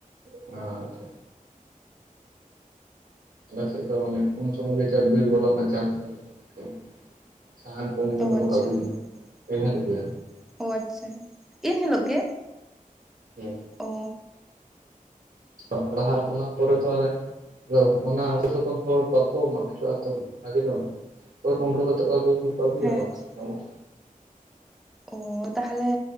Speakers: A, on the right; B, in the centre.
A: ᱚ ᱟᱪᱪᱷᱟ᱾ ᱟᱞᱮ ᱥᱮᱫ ᱫᱚ ᱢᱟᱱᱮ ᱩᱱ ᱥᱚᱢᱚᱭ ᱜᱮ ᱪᱮᱫ ᱵᱤᱨ ᱵᱚᱞᱚ ᱨᱮᱱᱟᱜ ᱪᱟᱱᱥ ᱫᱚ ᱢᱮᱱᱟᱜᱼᱟ ᱟᱨᱠᱤ <inaudible> ᱥᱟᱦᱟᱱ ᱠᱚ ᱩᱱ ᱨᱮᱫᱚᱢᱮ
B: ᱚ ᱟᱪᱪᱷᱟ
A: ᱠᱚ ᱟᱹᱜᱩ
B: ᱾
A: ᱡᱚᱝᱟ ᱮᱱ ᱦᱤᱞᱳᱜ
B: <inaudible>
A: ᱜᱮ
B: ᱚ ᱟᱪᱪᱷᱟ ᱤᱱ ᱦᱤᱞᱳᱜ ᱜᱮ?
A: ᱦᱮᱸ ᱾
B: ᱚ ᱾
A: <unintelligible> ᱚᱱᱟ ᱯᱚᱨᱮ ᱛᱚ ᱚᱱᱮ ᱟᱫᱚ ᱚᱱᱟ ᱟᱹᱛᱩ ᱥᱩᱯᱩᱨ ᱦᱚᱲ ᱵᱟᱠᱚ ᱢᱟᱜ ᱦᱚᱪᱚᱜᱼᱟ ᱛᱚ ᱵᱷᱟᱜᱮ ᱫᱚ ᱾ ᱚᱠᱚᱭ ᱠᱩᱢᱲᱩ ᱠᱟᱛᱮᱫ ᱠᱚ ᱟᱹᱜᱩᱭ ᱠᱷᱟᱱ ᱠᱚ ᱟᱹᱜᱩᱭᱟ
B: ᱦᱮᱸ
A: ᱵᱟᱠᱷᱟᱱ
B: ᱟᱪᱪᱷᱟ
A: ᱵᱟᱝ
B: ᱚ ᱛᱟᱦᱚᱞᱮ